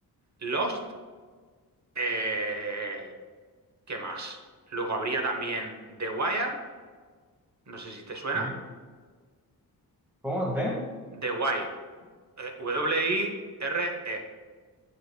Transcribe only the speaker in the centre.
Sí. ¿Cómo? ¿De?